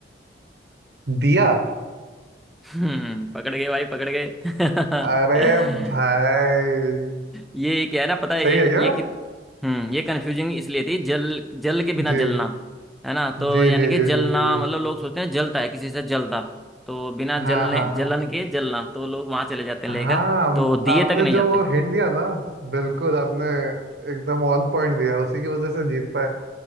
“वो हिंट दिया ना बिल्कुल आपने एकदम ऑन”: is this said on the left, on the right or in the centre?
Right